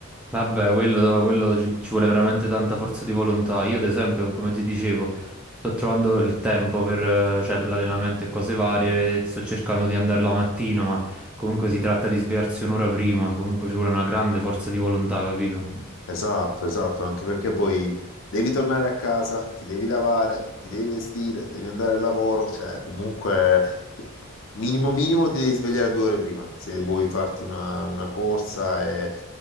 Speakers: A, in the centre; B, on the left (about 60°).
A: Vabbè, quello, no, quello ci, ci vuole veramente tanta forza di volontà. Io, ad esempio, come ti dicevo, sto trovando il tempo per, eh, cioè, per l'allenamento e cose varie. e Sto cercando di andare la mattina, ma comunque si tratta di svegliarsi un'ora prima. Comunque ci vuole una grande forza di volontà, capito?
B: Esatto, esatto, anche perché poi devi tornare a casa, ti devi lavare, ti devi vestire, devi andare al lavoro, cioè comunque minimo minimo ti devi svegliare due ore prima se vuoi farti una, una corsa e,